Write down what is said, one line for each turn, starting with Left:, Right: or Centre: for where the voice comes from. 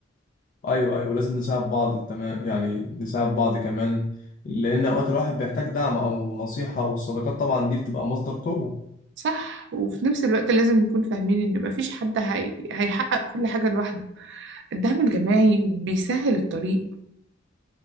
Left: ايوه ايوه لازم نساعد بعض تمام يعني نساعد بعض كمان لان اوقات الواحد بيحتاج دعم او نصيحه والصداقات طبعا دي بتبقى مصدر قوه
Right: صح وفي نفس الوقت لازم نكون فاهمين إن مفيش حد هي... هيحقق كل حاجة لوحده الدعم الجماعي بيسهل الطريق